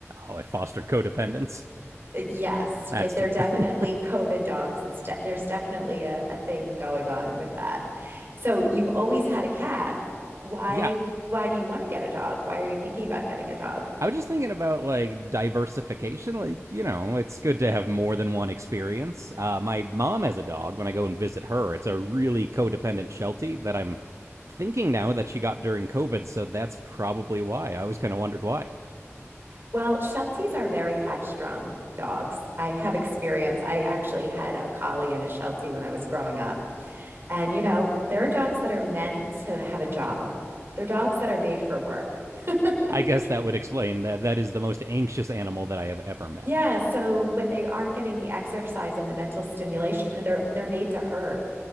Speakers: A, on the right; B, on the right.
A: Oh, it fostered codependence.
B: Yes,
A: That's
B: it,
A: too
B: they're
A: bad.
B: definitely COVID dogs. It's de there's definitely a, a thing going on with that. So you've always had a cat. Why
A: <laughs> yeah,
B: why do you want to get a dog? Why are you thinking about getting a dog?
A: I was just thinking about like diversification. Like, you know, it's good to have more than one experience. Uh, my mom has a dog. When I go and visit her, it's a really codependent Sheltie that I'm thinking now that she got during COVID. So that's probably why. I always kind of wondered why.
B: Well, Shelties are very high strung dogs. I have experience. I actually had a collie and a Sheltie when I was growing up. And, you know, there are dogs that are meant to have a job, they're dogs that are made for work. <laughs>
A: I guess that would explain that that is the most anxious animal that I have ever met.
B: Yeah, so when they aren't getting the exercise and the mental stimulation, they're they're made to herd.